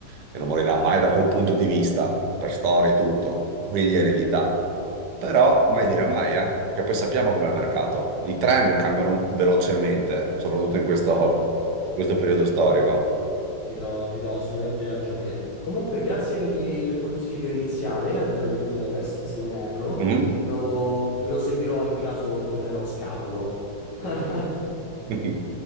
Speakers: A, on the right (about 70°); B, on the left (about 75°).
A: che non morirà mai da quel punto di vista, per storia e tutto, quindi eredità. Però mai dire mai, eh, che poi sappiamo com'è il mercato. I trend cambiano velocemente, soprattutto in questo,
B: Esatto.
A: questo periodo storico.
B: Ti do, ti do assolutamente ragione. Comunque, grazie per il il consiglio iniziale, ovvero di Budapest, se non erro.
A: Mhm.
B: Lo, lo seguirò in caso tornerò scapolo. <laughs>
A: <laughs>